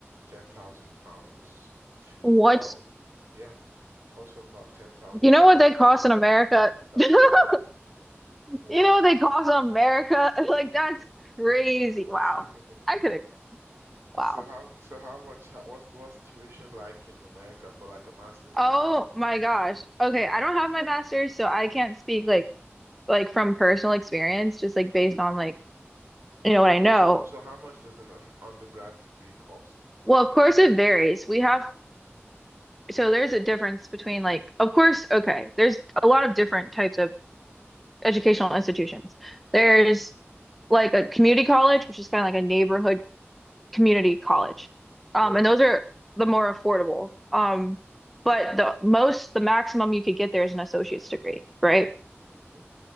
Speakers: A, on the right; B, in the centre.
A: 10,000 pounds to
B: What
A: about, yeah, cost from about 10,000
B: You know
A: pounds
B: what they cost
A: to about
B: in America?
A: 20,000
B: <laughs>
A: pounds. Wow.
B: You know what they cost in America? <laughs> Like that's crazy. Wow.
A: <laughs>
B: I could have. Wow.
A: So how so how much how- what's what's tuition like in America for like a master's degree?
B: Oh my gosh. Okay, I don't have my master's, so I can't speak like like from personal experience, just like
A: hmm
B: based on like you know what
A: Okay,
B: I know.
A: so so how much does an, un- undergrad degree cost?
B: Well, of course it varies. We have so there's a difference between like of course, okay, there's a lot
A: <laughs>
B: of different types of educational institutions. There's
A: Okay.
B: like a community college, which is kind of like a neighborhood community college.
A: Yeah.
B: Um, and those are the more affordable. Um, but the most, the maximum you could get there is an associate's degree, right?
A: hmm